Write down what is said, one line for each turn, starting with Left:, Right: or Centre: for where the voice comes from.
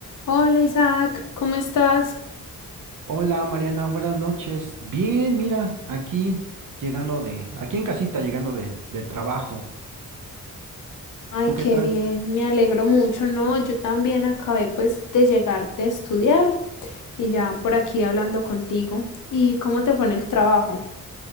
Left: Hola Isaac, ¿cómo estás?
Right: Hola Mariana, buenas noches. Bien, mira, aquí llegando de, aquí en casita, llegando del del trabajo.
Left: Ay,
Right: ¿Tú
Left: qué
Right: qué tal?
Left: bien, me alegro mucho, ¿no? Yo también acabé pues de llegar de estudiar y ya por aquí hablando contigo. ¿Y cómo te fue en el trabajo?